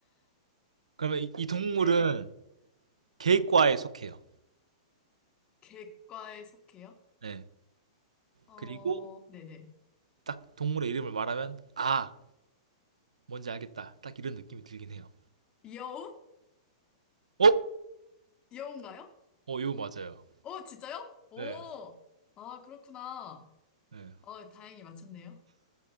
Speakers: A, on the right; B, on the left.
A: 그러면 이, 이 동물은
B: 네.
A: 개과에 속해요.
B: 객과에 속해요?
A: 네.
B: 어,
A: 그리고
B: 네네.
A: 딱 동물의 이름을 말하면 아, 뭔지 알겠다. 딱 이런 느낌이 들긴 해요.
B: 여우?
A: 어?
B: 여우인가요?
A: 어, 이거 맞아요.
B: 어, 진짜요? 오,
A: 네.
B: 아, 그렇구나.
A: 네.
B: 어, 다행히 맞췄네요.